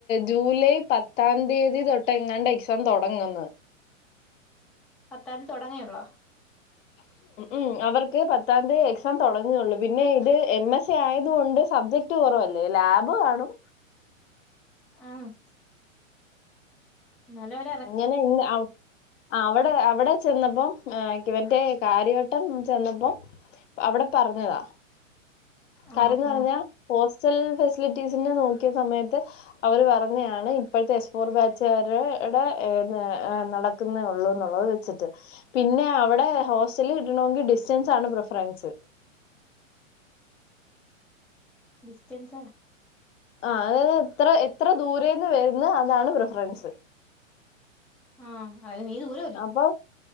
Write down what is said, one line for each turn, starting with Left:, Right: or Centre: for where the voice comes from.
Left: ജൂലൈ പത്താം തീയതി തൊ ട്ടെങ്ങാണ്ട എക്സാം തൊടങ്ങുന്നത്
Centre: പത്താം ന്തി തൊടങ്ങേ ഒള്ളോ
Left: ഉം അവർക്ക് പത്താന്തി എക്സാം തൊടങ്ങെയൊള്ളൂ പിന്നെ ഇത് എം എസ് സി ആയതുകൊണ്ട് സബ്ജക്ട് ക്ട് ‌ കൊറവല്ലേ ലാബ് കാണും
Centre: ആഹ് ഇന്നാലേ പ
Left: അങ്ങനെ ഇന്ന് അവ് ആ അവടെ അവടെ ചെന്നപ്പം ഏഹ് കിവന്റെ കാര്യവട്ടം ചെന്നപ്പം അവടെ പറഞ്ഞതാ കാര്യന്ന്
Centre: ആ
Left: പറഞ്ഞ
Centre: ആ
Left: ഹോസ്റ്റൽ ഫെസി ലിറ്റീസിന് നോക്കിയ സമയത്ത് അവര് പറഞ്ഞതാണ് ഇപ്പഴത്തെ എസ് ഫോർ ബാച്ച്കാര് ഇടെ ഏഹ് നടക്കുന്നേള്ളൂ എന്നുള്ളത് വെച്ചിട്ട് പിന്നെ അവടെ ഹോസ്റ്റൽ കിട്ടണെങ്കിൽ ഡിസ്റ്റൻസ് ആണ് പ്രിഫറൻസ്
Centre: ഡിസ്റ്റെൻസ
Left: ആഹ് അതത് എത്ര എത്ര ദൂരേന്ന് വരുന്നു അതാണ് പ്രിഫറൻസ്
Centre: ആഹ് അത് നീത് <unintelligible>
Left: അപ്പൊ